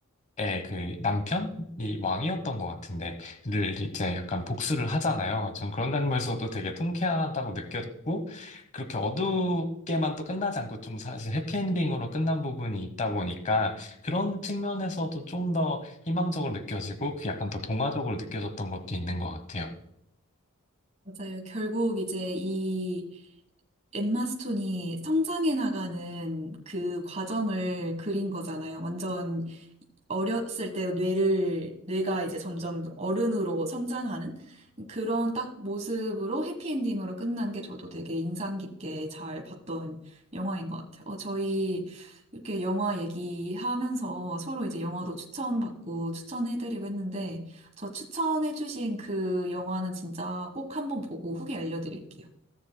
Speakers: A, on the left (about 35°); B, on the right (about 30°).
A: 에, 그 남편이 왕이었던 것 같은데, 를 이제 약간 복수를 하잖아요. 전 그런 장면에서도 되게 통쾌하다고 느꼈고, 그렇게 어둡게만 또 끝나지 않고 좀 사실 해피엔딩으로 끝난 부분이 있다 보니까, 그런 측면에서도 좀 더 희망적으로 느껴지고, 그 약간 더 동화적으로 느껴졌던 것도 있는 것 같아요.
B: 맞아요. 결국 이제 이 엠마 스톤이 성장해 나가는 그 과정을 그린 거잖아요. 완전 어렸을 때 뇌를, 뇌가 이제 점점 어른으로 성장하는 그런 딱 모습으로 해피엔딩으로 끝난 게 저도 되게 인상 깊게 잘 봤던 영화인 것 같아요. 어, 저희 이렇게 영화 얘기하면서 서로 이제 영화도 추천받고 추천해드리고 했는데 저 추천해주신 그 영화는 진짜 꼭 한번 보고 후기 알려드릴게요.